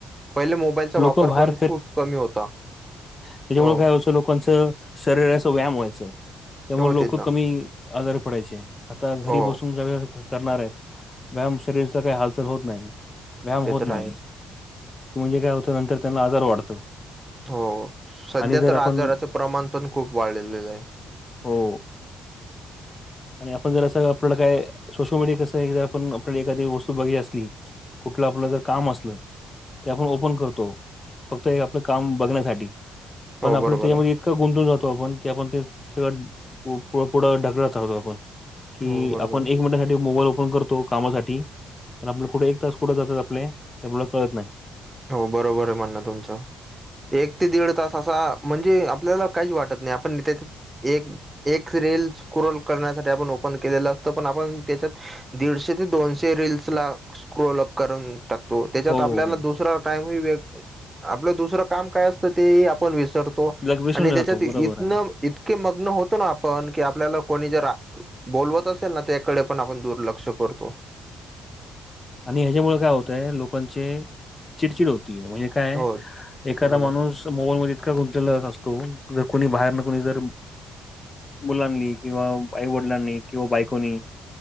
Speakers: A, on the right; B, on the left.
A: पहिले मोबाईलचा वापर
B: लोकं बाहेर
A: पण खूप कमी होता.
B: त्याच्यामुळ
A: हो
B: काय व्हायचं लोकांचं शरीराच व्यायाम व्हायचं. त्यामुळे
A: हो
B: लोकं
A: तेच ना
B: कमी आजारी पडायचे. आता घरी
A: हो
B: बसून सगळ करणार आहेत. <unintelligible> शरीरचा काही हालचाल होत नाही व्यायाम
A: ते
B: होत
A: तर
B: नाही.
A: आहेच
B: की म्हणजे काय होतं नंतर त्यांना आजार वाढतो
A: हो, सध्या
B: आणि जर
A: तर
B: आपण
A: आजाराच प्रमाण पण खूप वाढलेलं आहे.
B: हो. आणि आपण जर असं आपल्याला काय सोशल मीडिया कसं आहे, एकदा आपण आपल्याला एखादी वस्तू बघि असली कुठलं आपलं जर काम असलं ते आपण ओपन करतो फक्त एक आपलं काम बघण्यासाठी. पण
A: हो
B: आपण
A: बरोबर
B: त्याच्यामध्ये
A: आहे
B: इतक गुंतून जातो आपण की आपण ते सगळं पू पुढं ढकळत राहतो. की
A: हो बरोबर
B: आपण
A: आहे
B: एक मिनिटा साठी मोबाईल ओपन कर तो कामासाठी, पण आपला पुढे एक तास कुठं जातात आपले? हे आपल्याला कळत नाही.
A: हो बरोबर आहे म्हणणं तुमचं. एक ते दीड तास असा म्हणजे आपल्याला काहीच्य वाटत नाही आपण त्याच्या एक एक, रिल स्क्रोल करण्यासाठी आपण ओपन केलेलं असत पण आपण त्याच्यात दीडशे ते दोनशे रिल्स ला स्क्रोल अप करून टाकतो, त्याच्यात
B: हो
A: आपल्याला
B: हो.
A: दुस रा टाईम <unintelligible> आपलं दुसरं काम काय असतं ते ही आपण विसर तो
B: लग विसरून
A: आणि
B: जातो
A: त्याच्यात इ
B: बरोबर
A: इतन,
B: आहे
A: इतके मग्न होतो ना आपण, की आपल्याला कोणी जर आ बोलवत असेल ना, त्याकडे पण आपण दुर्लक्ष करतो.
B: आणि ह्याच्यामुळ काय होतय लोकांचे चिडचिड होतीय म्हणजे काये
A: हो
B: एखादा
A: बरोबर
B: माणूस मोबाईल मध्ये इत का गुंतंलेला असतो. जर कोणी बाहेरन कोणी जर मुलांनी किंवा आईवडिलांनी किंवा बायकोनी.